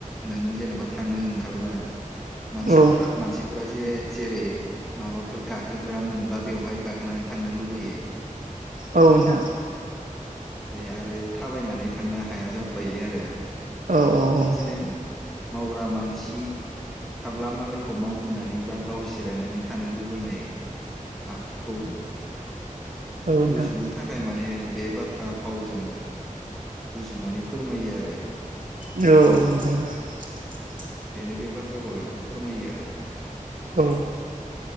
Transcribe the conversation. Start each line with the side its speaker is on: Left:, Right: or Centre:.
Centre: नों जेनेबा थांनो ओंखारब्ला। मानसिफ्रा-मानसि।
Right: औ
Centre: फ्रा जे-जेरै माबाफोर गाखोग्रा मोनब्ला बेवहाय गाखोनानै थांनो लुबैयो।
Right: नोंथां
Centre: ओमफाय आरो थाबायनानै थांनो हाया जाफ्लायो आरो।
Right: औ-औ-औ।
Centre: बिदिनो मावग्रा मानसि। थाब्ला मालायखौ मावहोनानै बा गाव जिरायनानै थानो लुबैनाय। आखुखौ।
Right: औ नोंथां
Centre: रुजुनो
Right: औ नोंथां
Centre: थाखाय माने बे बाथ्रा भावजों। रुजुनानै फोरमायो आरो।
Right: औ-औ।
Centre: बेनो बे बाथ्राखौ बेखौ फोरमायो आरो।
Right: औ।